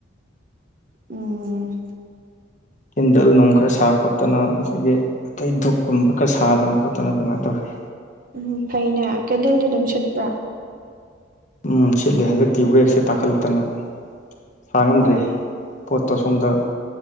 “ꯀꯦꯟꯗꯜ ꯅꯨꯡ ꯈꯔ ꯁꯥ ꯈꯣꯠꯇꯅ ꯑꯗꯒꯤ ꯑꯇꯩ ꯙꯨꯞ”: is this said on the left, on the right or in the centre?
Left